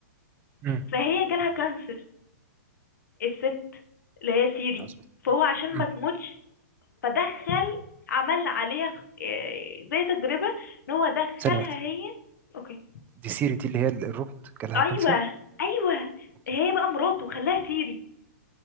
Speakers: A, on the right (about 20°); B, on the left (about 70°).
A: إمم،
B: فهي جالها كانسر الست اللي هي سيري
A: عظيم،
B: فهو
A: إمم،
B: عشان
A: إمم،
B: ما تموتش فدخل عمل عليها خ- إيه، زي تجربة ان هو دخلها
A: ثانية واحدة،
B: هي اوكي
A: دي سيري دي اللي هي ال الروبوت جالها
B: ايوه
A: كانسر؟
B: ايوه
A: أوكي،
B: هي بقى مراته خلاها سيري